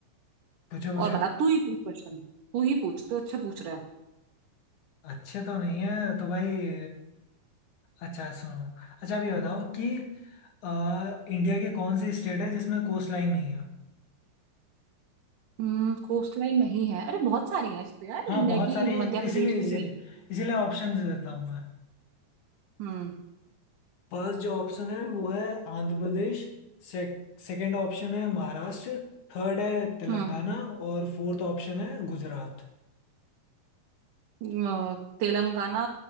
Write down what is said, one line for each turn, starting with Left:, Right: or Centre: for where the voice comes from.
Left: पूछो पूछो
Right: और बता तू ही पूछ क्वेश्चन तू ही पूछ तू अच्छा पूछ रहा है
Left: अच्छे तो नहीं है तो भाई अच्छा सुनो अच्छा अभी बताओ कि अ, इंडिया के कौन सी स्टेट है जिसमें कोस्ट लाइन नहीं है
Right: हम्म कोस्ट लाइन नहीं है अरे बहुत सारी हैं तो यार
Left: हाँ
Right: इंडिया
Left: बहुत
Right: की
Left: सारे
Right: मध्य प्रदेश
Left: इसीलिए इसीलिए
Right: ले ले
Left: इसीलिए ऑप्शंस देता हूँ मैं
Right: हम्म
Left: फर्स्ट जो ऑप्शन है वो है आंध्र प्रदेश सेकंड ऑप्शन है महाराष्ट्र थर्ड है तेलंगाना
Right: हम्म
Left: और फोर्थ ऑप्शन है गुजरात
Right: अ, तेलंगाना